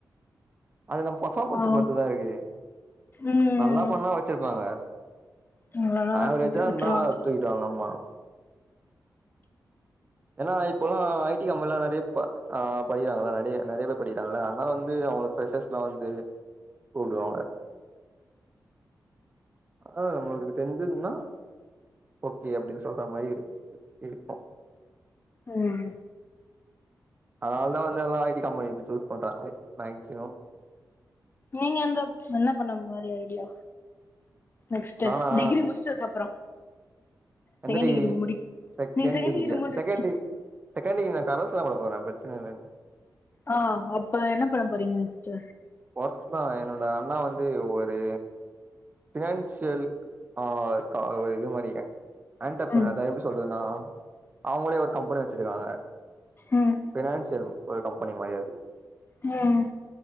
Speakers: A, on the right; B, on the left.
A: அது நம்ம பர்பாமன்ஸ்
B: ஆ
A: பெருத்துதா இருக்கு
B: ம்
A: நல்லா பண்ணா வெச்சிருப்பாங்க
B: எங்களலா
A: ஆவரேஜா
B: வித்துருவாங்க
A: இருந்தா தூக்கிடுவாங்க ஆமா ஏன்னா இப்பெல்லா ஐடி கம்பெனி நெறைய படிகறாங்களா நெறைய நெறைய பேர் படிகறாங்கள அதனால வந்து அவங்களுக்கு வந்து கூப்டுவாங்க ஆஹ நம்மளுக்கு தெரிஞ்சிதுன்னா ஓகே அப்டின்னு சொல்ற மாரி இரு இருக்கு
B: உம்
A: அதனால தா வந்து எல்லா ஐடி கம்பெனி சூஸ் பண்றாக மேக்சிமம்
B: நீங்க அந்த என்ன பண்ண மாரி ஐடியா நெக்ஸ்ட்
A: நானா
B: டிகிரி முடிச்சதுக்கு அப்புறம்
A: எந்த
B: செகண்ட்
A: டிகிரி
B: முடி
A: செக்கண்ட்டிகிரியா
B: நீங்க செகண்ட் டிகிரி முடிச்சி
A: செகண்டி செக்கண்டி கரஸ்தா போட போறே பிரச்சன இல்லன்
B: ஆ அப்ப என்ன பண்ண போறிங்க நெக்ஸ்ட்டு
A: ஒர்க்தா என்னோட அண்ணா வந்து ஒரு பினான்சியல் ஆ க ஒரு இது மாரி ஆண்டர்பர்னர்
B: ம்
A: அதா எப்டி சொல்றதுனா அவங்களே ஒரு கம்பெனி வெச்சிருக்காங்க
B: ம்
A: டேன்செல் ஒரு கம்பெனி மாரி அது
B: ம்